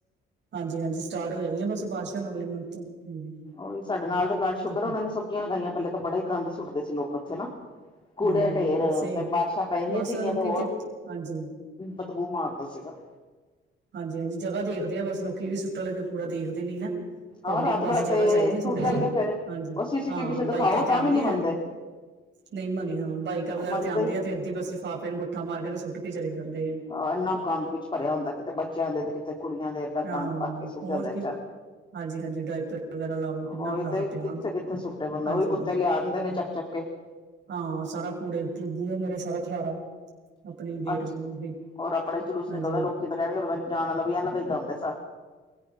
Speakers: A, on the right; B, on the left.
A: ਹਾਂਜੀ-ਹਾਂਜੀ। ਸਟਾਰਟ ਹੋ ਜਾਨੀਆਂ ਬਸ ਬਾਰਿਸ਼ਾ ਅਗਲੇ ਮੰਥ ਤੋਂ ਹਮ,
B: ਓਹੀ ਸਾਡੇ ਨਾਲ ਤੇ ਪਲਾਟ ਸ਼ੁਕਰ
A: ਦੇਖੋ
B: ਉਹਨਾਂ ਨੇ ਸਬਜ਼ੀਆਂ ਲਗਾਈਆਂ ਪਹਿਲਾਂ ਤਾਂ ਬੜਾ ਹੀ ਗੰਦ ਸੁੱਟਦੇ ਸੀ ਲੋਕ ਉੱਥੇ ਨਾ। ਕੂੜੇ
A: ਹਾਂ ਹਾਂ
B: ਢੇਰ
A: ਬਸ ਇਹ
B: ਤੇ ਬਾਰਿਸ਼ਾਂ ਪੈਂਦੀਆਂ
A: ਬਸ
B: ਸੀਗੀਆਂ
A: ਆਹ ਲੋਕੀ
B: ਤੇ ਹੋਰ
A: ਹਾਂਜੀ
B: ਬਦਬੂ ਮਾਰਦਾ ਸੀ। ਸੀਗਾ
A: ਹਾਂਜੀ-ਹਾਂਜੀ। ਜਗ੍ਹਾ ਦੇਖਦੇ ਆ ਬਸ ਲੋਕੀ ਵੀ ਸੁੱਟਨ ਲਗਏ ਕੂੜਾ ਦੇਖਦੇ ਨੀ ਨਾ। ਪਬਲਿਕ
B: ਆਹ ਰਾਤ
A: ਨੂੰ ਬਸ
B: ਬਰਾਤੇ
A: ਜਗ੍ਹਾ ਚਾਹੀਦੀ ਥੋੜ੍ਹੀ
B: ਸੁੱਟ ਜਾਣਗੇ
A: ਜਿਹੀ
B: ਫੇਰ
A: ਹਾਂਜੀ
B: ਉਹ ਸੀ-ਸੀ
A: ਹਾਂ
B: ਟੀਵੀ ਚ ਦਿਖਾਓ
A: ਬਾਈਕਾਂ ਤੇ
B: ਤਾਂ
A: ਆਉਂਦੇ
B: ਵੀ ਨੀ
A: ਆ
B: ਮੰਨਦੇ। <inaudible>
A: ਨਹੀਂ ਮੰਨਦੀ ਹਣ ਬਾਈਕਾਂ ਵਗੈਰਾ
B: ਮੰਨਦੇ
A: ਆਂਦੇ
B: ਹੀ
A: ਆ
B: ਨਹੀਂ
A: ਤੇ ਇਦਾਂ ਲਫਾਫੇ ਨੂੰ ਗੱਠਾਂ ਮਾਰ ਤੇ ਸੁੱਟ ਕੇ ਚਲੇ ਜਾਂਦੇ ਹਾਂ।
B: ਆਹ ਇੰਨਾ ਕੰੰਦ ਵਿੱਚ ਭਰਿਆ ਹੁੰਦਾ ਕਿਤੇ ਬੱਚਿਆਂ ਦੇ ਤੇ ਕਿਤੇ ਕੁੜੀਆਂ ਦੇ ਇਦਾਂ
A: ਹਾਂ
B: ਗੰਦ ਭਰ ਕੇ ਸੁਟ
A: ਹੋਰ
B: ਜਾਂਦੇ
A: ਕੀ
B: ਚਲ।
A: ਹਾਂਜੀ ਹਾਂਜੀ ਡਾਇਪਰ ਵਗੈਰਾ ਲਾ ਲਓ ਕਿੰਨਾ
B: ਉਹੀ
A: ਖਲਾਰਾ
B: ਤੇ ਕਿੱਥੇ-ਕਿੱਥੇ
A: ਪਿਆ ਹੁੰਦਾ
B: ਸੁੱਟੇ ਬੰਦਾ
A: ਹਾਂਜੀ
B: ਉਹੀ ਕੁੱਤੇ
A: ਹਾਂਜੀ
B: ਲਿਆ ਦਿੰਦੇ
A: ਹੋਰ
B: ਨੇ ਚੱਕ-ਚੱਕ <inaudible>
A: ਹਾਂ ਸਾਰਾ ਕੂੜੇ ਭੂੂਵੇ ਮੋਰੇ ਸਾਰਾ ਖਲਾਰਾ ਆਪਣੇ ਗੇਟ
B: ਅੱਛਾ
A: ਮੂਹਰੇ
B: ਹੋਰ ਆਪਣੇ ਹੀ ਜਲੂਸ
A: ਹਾਂਜੀ
B: ਨਿਕਲਦਾ ਲੋਕੀ ਤਾਂ ਕਹਿਣਗੇ ਪਤਾ ਨੀ ਜਾਣ ਵਾਲਾ ਵੀ ਇਹਨਾਂ ਦਾ ਹੀ ਗਉਂਦੇ